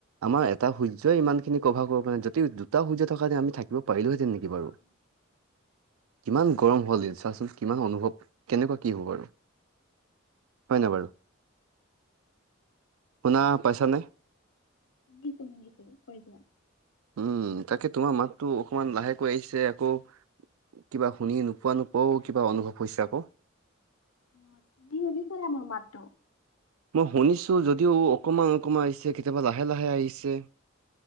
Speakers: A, on the right; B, on the left.
A: আমাৰ এটা সূৰ্যই ইমান খিনি কভাৰ কৰিব পাৰা নাই যদি দুটা সূ্ৰ্য থকা হেতেন আমি থাকিব পাৰিলোহেতেন নেকি? বাৰু
B: উম।
A: কিমান গৰম হল দিন চাচোন কিমান অনুভৱ কেনেকুৱা কি হ'ব বাৰু। হয়নে বাৰু, শুনা পাইছা নে।
B: শুনিছো শুনিছো, কয় যোৱা।
A: উম' তাকে তোমাৰ মাততো অকমান লাহেকৈ আহিছে আকৌ। কিবা শুনি নোপোৱা নোপোৱাও কিবা অনুভৱ হৈছে আকৌ।
B: উ শুনিছা নে মোৰ মাতটো।
A: মই শুনিছো যদিও অকমান অকমান আহিছে কেতিয়াবা লাহে লাহে আহিছে।